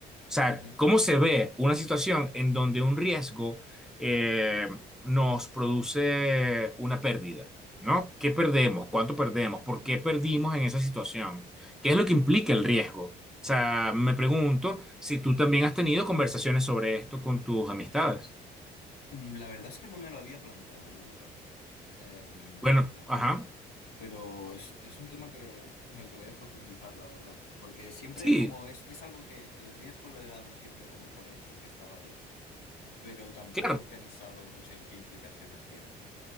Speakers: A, in the centre; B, on the left.
A: O sea,
B: Ujú.
A: ¿cómo se ve una situación en donde un riesgo eh, nos produce una pérdida? ¿No? ¿Qué perdemos? ¿Cuánto perdemos? ¿Por qué perdimos en esa situación? ¿Qué es lo que implica el riesgo? O sea, me pregunto si tú también has tenido conversaciones sobre esto con tus amistades.
B: Mm, La verdad es que no me lo había planteado nunca. Em,
A: Bueno, ajá.
B: pero es, es un tema que, en el que voy a profundizar, la verdad. Porque siempre,
A: Sí,
B: como es, es algo que el riesgo lo he dado siempre como por hecho, que estaba ahí, pero tampoco
A: claro.
B: he pensado mucho en qué implicaciones tiene.